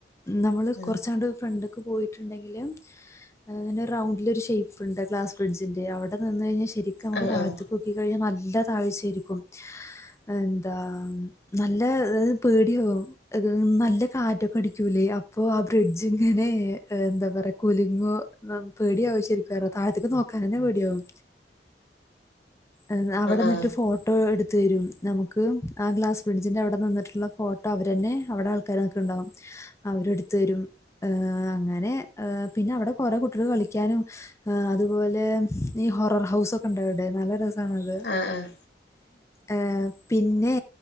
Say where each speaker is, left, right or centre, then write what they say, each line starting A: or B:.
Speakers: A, on the left; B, on the left.
A: ന്നമൾ
B: ആഹ്
A: കൊർച്ചങ്ങട്ട് ഫ്രണ്ട്ക്ക് പോയിട്ടുണ്ടെങ്കില് അങ്ങനെ റൗണ്ടിലൊരു ഷേയ്പ്പ്ണ്ട് ഗ്ലാസ്ബ്രിഡ്ജിന്റെ ഔടെ ന്നിന്ന് കഴിഞ്ഞാ ശെരിക്ക് നമ്മക്ക്
B: ആഹ്
A: താഴത്തിക്കോ
B: ആഹ്
A: ക്കി കഴിഞ്ഞ നല്ല താഴ്ച്ചേരിക്കും എന്താ നല്ല ഹ് പേടിയാവും അത് ന്നല്ല കാറ്റൊക്കടിക്കൂലേ അപ് ഓഹ് ആഹ് ബ്രിഡ്ജ് ഇങ്ങനെ എന്താ പറയാ കുല്ങ്ങോ ന്നം പേടിയാവും ശെരിക്ക് പർഞ്ഞ താഴത്ത്ക്ക് ന്നോക്കാനെന്നെ പേടിയാവും. എഹ് അവടെ
B: ആഹ് ആഹ്
A: ന്ന്ട്ട് ഫോട്ടോ എടു ത്തെരും നമുക്ക് ആഹ് ഗ്ലാസ് ബ്രിഡ്ജിന്റെ ഔടെ നിന്ന്ട്ടുള്ള ഫോട്ടോ അവരെന്നെ ഔടെ ആൾക്കാര് നിക്ക്ണ്ടാവും. അവര് ഇട്ത്തെരും ഏഹ് അങ്ങനെഏഹ് പിന്നെ ഔടെ കൊറെ കുട്ടികൾ കളിക്കാനും. ആഹ് അതുപോലെ ഈ ഹൊറർ ഹൗസ് ഒക്കെ ഇണ്ട്ഔടെ ന്നല്ല രസ മാണത്
B: ആഹ് ആഹ്
A: ആഹ് പിന്നെ